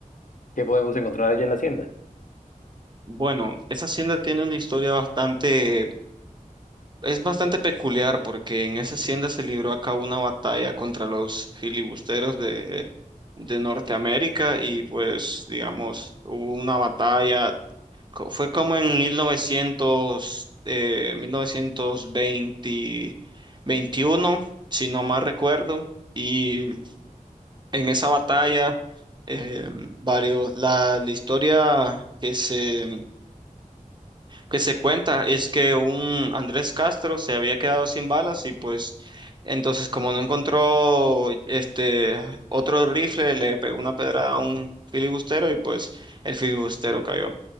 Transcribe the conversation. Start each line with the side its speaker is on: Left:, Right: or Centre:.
Left: ¿Qué podemos encontrar allá en la hacienda?
Right: Bueno, esa hacienda tiene una historia bastante Es bastante peculiar porque en esa hacienda se libró a cabo una batalla contra los filibusteros de, de Norteamérica y pues digamos hubo una batalla, co- fue como en 1900, eh, 1920 21 si no mal recuerdo, y en esa batalla eh, varios, la, la historia que se que se cuenta es que un Andrés Castro se había quedado sin balas y pues entonces como no encontró este otro rifle le pegó una pedrada a un filibustero y pues el filibustero cayó.